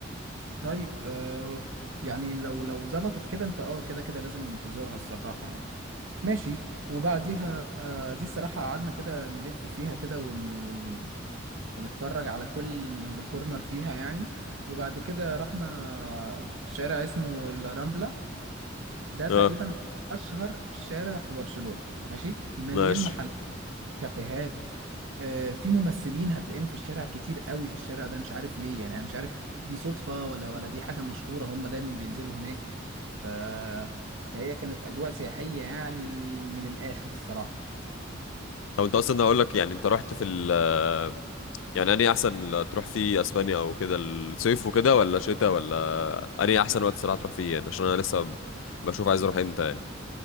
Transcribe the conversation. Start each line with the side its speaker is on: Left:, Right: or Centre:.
Right: طيب آه يعني لو لو ظبطت كده انت اه كده كده لازم تزورها الصراحة يعني ماشي وبعديها آه، دي الصراحة قعدنا كده نلف فيها كده ون... ون... ونتفرج على كل كورنر فيها يعني وبعد كده رحنا شارع اسمه لا رامبلا ده تقريبا
Left: اه
Right: أشهر شارع في برشلونة ماشي مليان
Left: ماشي
Right: محلات كافيهات آه، في ممثلين هتلاقيهم في الشارع كتير قوي في الشارع ده مش عارف ليه يعني انا مش عارف دي صدفة ولا ولا دي حاجة مشهورة هم دايما بينزلوا هناك ف... فهي كانت أجواء سياحية يعني من الآخر الصراحة
Left: طب انت اصلا هقول لك يعني انت رحت في ال آه، يعني انهي احسن ل- تروح فيه اسبانيا او كده الصيف وكده ولا شتاء ولا انهي احسن وقت صراحة تروح فيه يعني عشان انا لسه بشوف عايز اروح امتى يعني